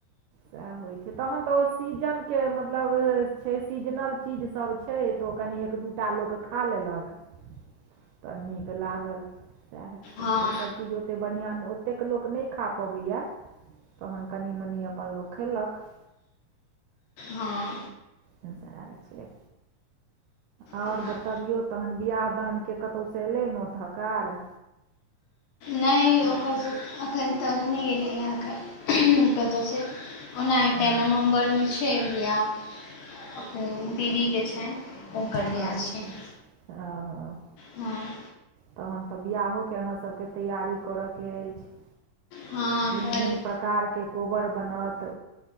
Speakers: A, on the right (about 85°); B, on the left (about 80°).
A: सएह होइ छै तहन तऽ ओ सीजन के मतलब छै सीजनल चीजसभ छै छै तऽ ओ कनि एक दूटा लोक खा लेलक तऽ नीक लागल सएह छै
B: हँ
A: ओसभ चीज ओतेक बढ़िआँ ओतेक लोक नहि खा पबैया तहन कनि मनी अपन लोक खेलक
B: हँ
A: <unintelligible> छै आओर
B: हँ
A: बतबियौ तखन बिआह दानके कतहुसँ एलै नोत हकार
B: नहि ओकर एखन तऽ नहि एलैए एखन कतहुसँ ओना
A: अच्छा
B: एकटा नवम्बरमे छै बियाह दीदीके छनि हुनकर बिआह
A: अच्छा
B: छियनि
A: हँ हँ
B: हँ
A: तखन तऽ बियाहोके अहाँसभके तैयारी करऽ के अछि
B: हँ
A: भिन्न
B: हँ
A: भिन्न प्रकारके कोबर बनत